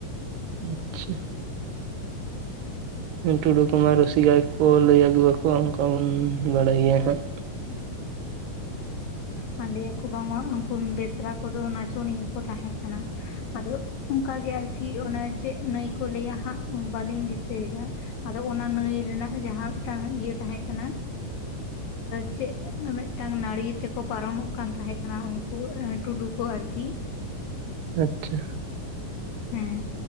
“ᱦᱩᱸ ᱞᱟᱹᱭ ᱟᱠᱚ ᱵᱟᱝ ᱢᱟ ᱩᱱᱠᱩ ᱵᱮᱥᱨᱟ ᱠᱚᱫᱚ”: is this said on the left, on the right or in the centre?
Left